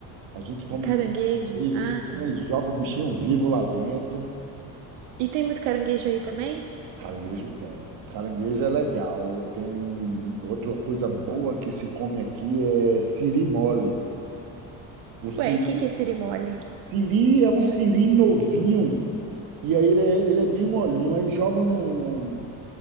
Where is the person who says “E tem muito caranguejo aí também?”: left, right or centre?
Right